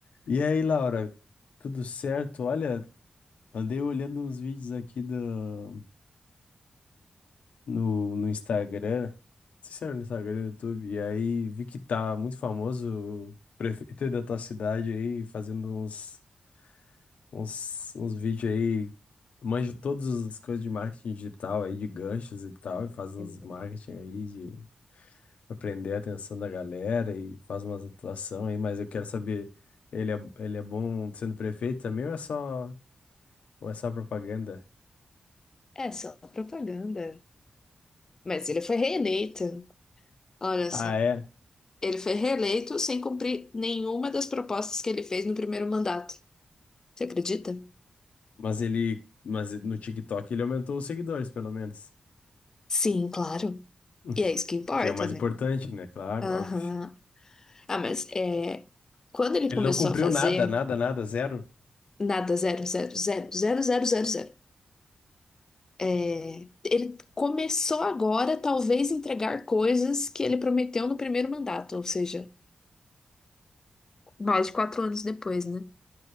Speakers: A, on the left (about 80°); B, on the left (about 25°).
A: E aí, Laura, tudo certo? Olha, andei olhando uns vídeos aqui do, no, no Instagram, não sei se era no Instagram, no YouTube, e aí vi que tá muito famoso o prefeito aí da tua cidade aí, fazendo uns, uns, uns vídeos aí, manja todas as coisas de marketing digital aí, de ganchos e tal, e faz uns
B: É
A: marketing aí de pra prender a atenção da galera e faz umas atuação aí, mas eu quero saber, ele é, ele é bom sendo prefeito também ou é só... Ou é só propaganda?
B: é só propaganda. Mas ele foi reeleito. Olha
A: Ah,
B: só.
A: é?
B: Ele foi reeleito sem cumprir nenhuma das propostas que ele fez no primeiro mandato. Você acredita?
A: Mas ele, mas no TikTok ele aumentou os seguidores, pelo menos.
B: Sim, claro.
A: <laughs>
B: E é isso que importa,
A: Que é o mais
B: né?
A: importante, né? Claro,
B: Aham.
A: óbvio.
B: Ah, mas é, quando ele
A: Ele
B: começou
A: não cumpriu
B: a fazer
A: nada, nada, nada, zero?
B: nada zero, zero, zero, zero, zero, zero, zero, é, ele começou agora, talvez, entregar coisas que ele prometeu no primeiro mandato, ou seja, mais de quatro anos depois, né?